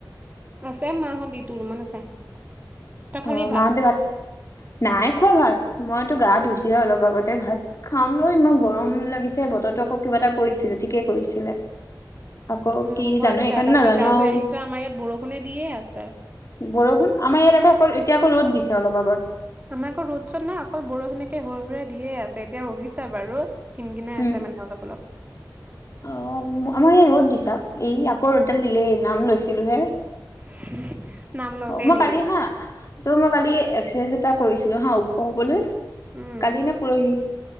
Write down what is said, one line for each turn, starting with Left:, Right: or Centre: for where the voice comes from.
Right: আছে মাহঁতি ইটো ৰুমত আছে। তই খালি
Left: অ', মাহঁতে ভাত, নাই খোৱা ভাত, মইতো গা-ধুইছোহে অলপ আগতে, ভাত খাম লৈ ইমান গৰম লাগিছে, বতৰতো আকৌ কিবা এটা কৰিছিলে, ঠিকে কৰিছিলে। আকৌ
Right: অ',
Left: কি
Right: মই
Left: জানো
Right: আকৌ
Left: এইকাৰণে
Right: দেৰটা
Left: নাজানো
Right: বজাত গা-ধুই
Left: আৰু
Right: আহিছোঁ হে, আমাৰ ইয়াত বৰষুণে দিয়ে আছে।
Left: বৰষুণ? আমাৰ ইয়াত আকৌ এতিয়া আক, ৰ'দ দিছে, অলপ আগত।
Right: আমাৰ আকৌ ৰ'দ- চত নাই, অকল বৰষুণকে সুৰা-সুৰাই দিয়ে আছে। এতিয়া ৰখিচে বাৰু। কিন- কিনাই
Left: উম
Right: আছে মানে অলপ-অলপ।
Left: অ', আমাৰ এই ৰ'দ দিছে, এই আকৌ ৰ'দডাল দিলেই নাম লৈছিলো হে'।
Right: <inaudible>
Left: অ', মই
Right: দি
Left: কালি
Right: দিলে
Left: হা', তোৰ মই কালি একছাৰচাইজ এটা কৰিছিলো হা', ওখ হবলৈ,
Right: উম
Left: কালি নে পৰহি,